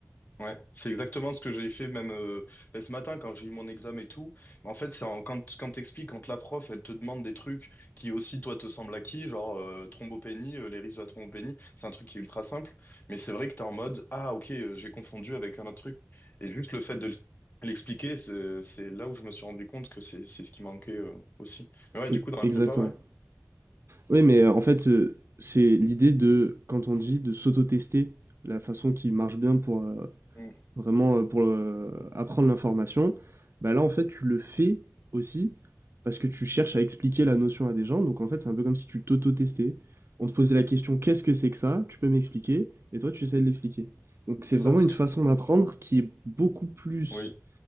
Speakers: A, on the left; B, on the right.
A: Ouais, c'est exactement ce que j'ai fait même euh, ben, ce matin quand j'ai eu mon examen et tout. En fait, c'est en- quand quand t'expliques, quand la prof elle te demande des trucs qui aussi toi te semblent acquis, genre euh, thrombopénie, euh, les risques de la thrombopénie, c'est un truc qui est ultra simple, mais c'est vrai que t'es en mode ah ok euh, j'ai confondu avec un autre truc et juste le fait de l'expliquer c'est c'est là où je me suis rendu compte que c'est c'est ce qui manquait euh, aussi. Mais ouais,
B: Et-
A: du coup dans la
B: exactement.
A: prépa ouais,
B: Oui, mais euh, en fait, euh, c'est l'idée de, quand on dit de s'auto-tester, la façon qui marche bien pour euh,
A: Mm.
B: vraiment euh, pour euh, apprendre l'information, bah là en fait tu le fais aussi parce que tu cherches à expliquer la notion à des gens. Donc en fait c'est un peu comme si tu t'auto-testais. On te posait la question qu'est-ce que c'est que ça? Tu peux m'expliquer? Et toi tu essaies de l'expliquer. Donc
A: c'est
B: c'est vraiment
A: ça ce
B: une
A: que
B: façon d'apprendre qui est beaucoup plus
A: oui.